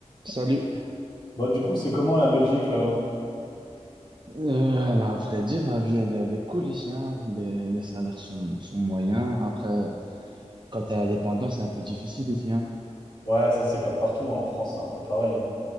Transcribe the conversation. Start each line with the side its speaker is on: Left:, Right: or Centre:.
Right: Salut.
Left: Bah, du coup, c'est comment la Belgique là?
Right: Euh, la vrai dire, la vie, elle, elle est cool ici, hein. Les, les salaires sont, sont moyens. Après, quand t'es indépendant, c'est un peu difficile ici, hein.
Left: Ouais, ça c'est comme partout hein, en France, c'est un peu pareil. hein.